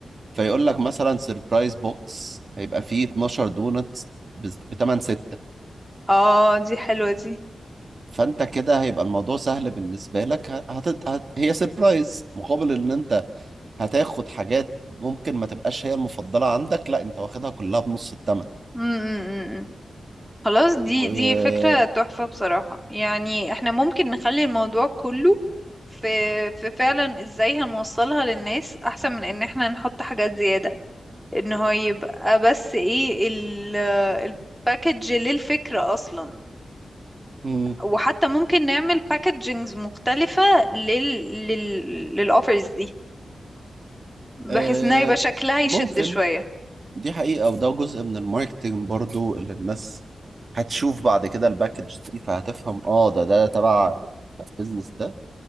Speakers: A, on the right; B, in the centre.
A: فيقول لك مثلا سيربرايز بوكس هيبقى فيه 12 دونتس ب 8 6
B: آه دي حلوة دي
A: فانت كده هيبقى الموضوع سهل بالنسبة لك هت... هت... هي سيربرايز مقابل ان انت هتاخد حاجات ممكن ما تبقاش هي المفضلة عندك لا انت واخدها كلها بنص الثمن
B: امم خلاص دي
A: و
B: دي فكرة تحفة بصراحة يعني احنا ممكن نخلي الموضوع كله في في فعلا ازاي هنوصلها للناس أحسن من إن احنا نحط حاجات زيادة ان هو يبقى بس ايه ال- الباكج للفكرة اصلا
A: مم.
B: وحتى ممكن نعمل باكجينجز مختلفة لل... لل... للأوفرز دي بحيث
A: آه،
B: انها يبقى شكلها يشد
A: ممكن
B: شوية
A: دي حقيقة وده جزء من الماركتينج برضو اللي الناس هتشوف بعد كده الباكج دي فهتفهم اه ده ده تبع البيزنس ده